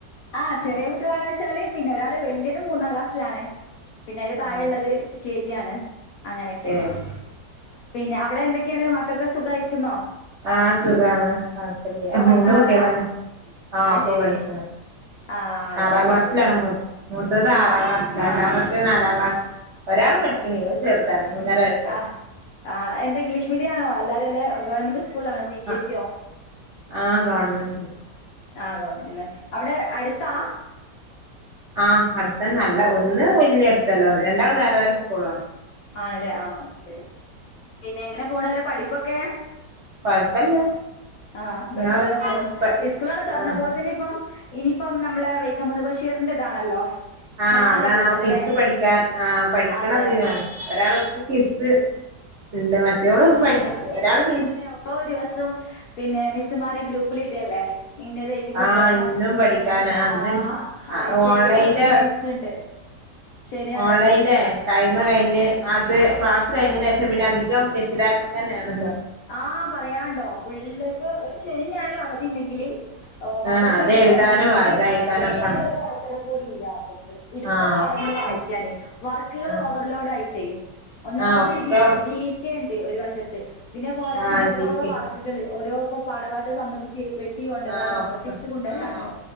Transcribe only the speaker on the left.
ആഹ ചെറിയ
കുട്ടികളണെന്ന് വെച്ചാല് പിന്നെ ഒരാള് വല്ല്ത് മൂന്നാം ക്ലാസ്സിലാണ്. പിന്നെ അതിന്റെ താഴ
ഉള്ളത് കെ ജി ആണ്. അങ്ങനെയൊക്കെ
പിന്നെ അവിടെ എന്തൊക്കെയാണ് മക്കൾൊക്കെ സുഖമായിരിക്കുന്നോ?
പഠിക്കണോലാ?
അത്
ശരി.
ആ
ശരി
ശരി.
ആ
ആഹ് ആഹ് എന്താ ഇംഗ്ലീഷ് മീഡിയാണോ എല്ലാവാരും അല്ലേ ഗവൺമെന്റ് സ്കൂളാണോ സി ബി
എസ് ഇ ആണോ?
ആഹ് ഗവൺമെന്റ് അല്ലേ അവിടെ അടുത്താ
ആണല്ലേ ആഹ് ഓക്കെ പിന്നെ എങ്ങനെ പോണ് ഓലെ പഠിപ്പൊക്കെ
ആഹ്
കൊഴപ്പല്ലാതെ പോണു
ഇസ്കൂളാണ് തൊറന്നപ്പോത്തിനിപ്പം
ഇനിയിപ്പം നമ്മളെ വൈക്കം മുഹമ്മദ് ബഷീറിന്റെതാണല്ലോ.
നാളെ
തോന്നുന്നുണ്ട്
ല്ലേ?
അതെ അതെ.
അതെ ഒറ്റക്കെ
ഉള്ളത്
കൊണ്ട് തന്നെ ഓരോ ദിവസം പിന്നെ മിസ്മാര് ഗ്രൂപ്പിലിഡല്ലേ ഇന്നത് എഴുതണം കൊണ്ടുവരണം
എന്നിട്ട്
ആ ആഴ്ചേയിലും
ഒര്ക്ക് ക്വിസ് ഉണ്ട്. ശരിയാണ്
ആ
ആഹ് പറയണ്ടോ ഫുള്ളിപ്പൊ ഒരു ശനി ഞായറും അവധി ഉണ്ടെങ്കില്. ഓഹ് മക്കൾക്ക്
റിവിഷൻ
ചെയ്യാനുള്ള
ഒരു അവസരം കൂടി ഇല്ല മക്കൾക്ക് എടുത്ത
പാഠങ്ങള് വായിക്കാനേ
വർക്കുകൾ
ഓവർലോഡ് ആയിട്ടേ ഒന്നാമത്
ജി ജീക്കെ ഉണ്ട് ഒരു വശത്ത് പിന്നെ പോരാത്തത്
ഓരോ
വർക്ക് ക്കൾ ഓരോ പാഠഭാഗത്തെ സംബന്ധിച്ച് വെട്ടി കൊണ്ടുവരാനും
ഒട്ടിച്ചു കൊണ്ടുവരാനും